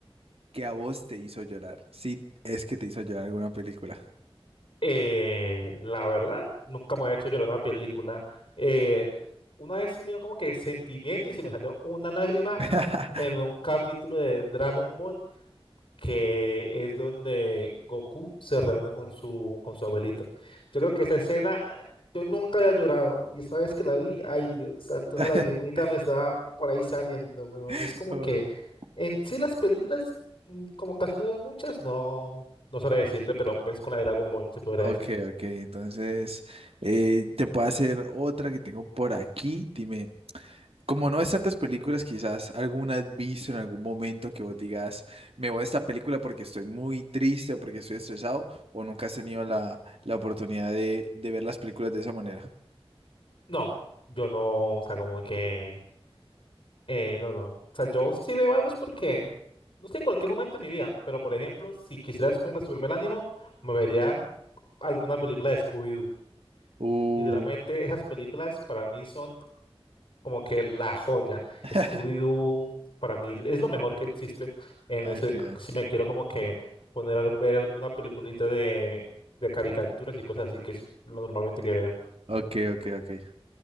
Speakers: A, on the right; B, on the left.
A: que a vos te hizo llorar? Si es que te hizo llorar alguna película.
B: Eh, la verdad, nunca me había hecho llorar una película. Eh, una vez sí me dio como que sentimiento y se me salió una lágrima
A: <laughs>
B: en un capítulo de Dragon Ball que es donde Goku se reúne con su, con su abuelito. Yo creo que esa escena yo nunca había llorado y esa vez que la vi, ay Dios santo, esa
A: Uh,
B: lagrimita
A: <laughs>
B: me estaba por ahí saliendo, weón. Es
A: <laughs>
B: como que en sí las películas, mm, como casi no veo muchas, no, no sabré decirte, pero pues con la de Dragon Ball se podría
A: Ok,
B: decir.
A: ok, entonces eh, te puedo hacer otra que tengo por aquí. Dime, como no ves tantas películas, quizás alguna has visto en algún momento que vos digas, me voy a esta película porque estoy muy triste o porque estoy estresado, o nunca has tenido la, la oportunidad de, de ver las películas de esa manera.
B: No, yo no, o sea, como que, eh, no, no. O sea, yo si veo algo es porque, no sé, en cualquier momento de mi vida, pero por ejemplo, si quisieras como que subirme el ánimo, me vería alguna película de Scooby-Doo.
A: Uh,
B: Literalmente, esas películas para mí son como que la joya.
A: <laughs>
B: Scooby-Doo para mí es lo mejor que existe en
A: ok,
B: ese, si me quiero como que poner a ver alguna peliculita de, de caricaturas y cosas así, que es lo normalmente que veo.
A: ok, ok, ok.